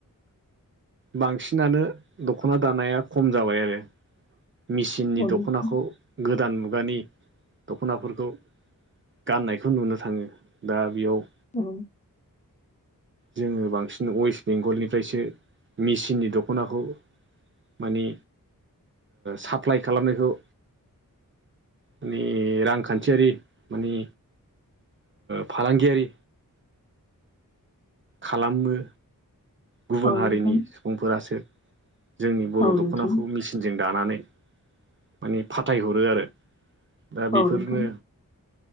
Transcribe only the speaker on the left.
नोंथां
औ
औ
नोंथां
औ नोंथां औ नोंथां
औ
नोंथां